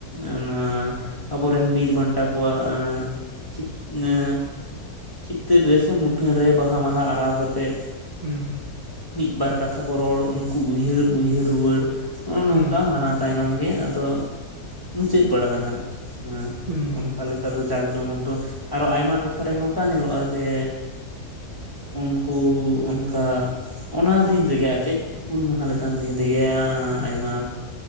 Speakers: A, on the left; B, on the right.
A: ᱚᱱᱟ ᱟᱵᱚ ᱨᱮᱱ ᱵᱤᱨ ᱵᱟᱱᱴᱟ ᱠᱚᱣᱟᱜ ᱟᱸ ᱪᱤᱛ ᱧᱮ ᱪᱤᱛᱟᱹᱨ ᱨᱮᱥᱮ ᱢᱩᱴᱷᱟᱹᱱ ᱨᱮ ᱵᱟᱦᱟ ᱢᱟᱞᱟ ᱟᱨᱟᱣ ᱠᱟᱛᱮᱜ
B: ᱦᱩᱸ᱾
A: ᱢᱤᱫ ᱵᱟᱨ ᱠᱟᱛᱷᱟ ᱠᱚ ᱨᱚᱲ ᱩᱱᱠᱩ ᱩᱭᱦᱟᱹᱨ ᱩᱭᱦᱟᱹᱨ ᱨᱩᱣᱟᱹᱲ ᱱᱚᱜᱼᱚ ᱱᱚᱝᱠᱟ
B: ᱦᱩᱸ
A: ᱢᱟᱱᱟ ᱛᱟᱭᱱᱚᱢ ᱜᱮ ᱟᱫᱚ ᱢᱩᱪᱟᱹᱫ ᱵᱟᱲᱟᱜᱼᱟ ᱦᱟᱸᱜ ᱟᱸ
B: ᱦᱩᱸ
A: ᱚᱱᱠᱟ ᱞᱮᱠᱟ ᱫᱚ ᱡᱟᱠ ᱡᱚᱢᱚᱠ ᱫᱚ ᱟᱨᱚ ᱟᱭᱢᱟ ᱴᱚᱴᱷᱟᱨᱮ ᱱᱚᱠᱟ ᱧᱮᱞᱚᱜᱼᱟ ᱡᱮ ᱩᱱᱠᱩ ᱚᱱᱠᱟ ᱚᱱᱟ ᱫᱤᱱ ᱨᱮᱜᱮ ᱟᱨ ᱪᱮᱫ ᱦᱩᱞ ᱢᱟᱦᱟ ᱞᱮᱠᱟᱱ ᱫᱤᱱ ᱨᱮᱜᱮ ᱟᱸ
B: ᱦᱩᱸ
A: ᱟᱭᱢᱟ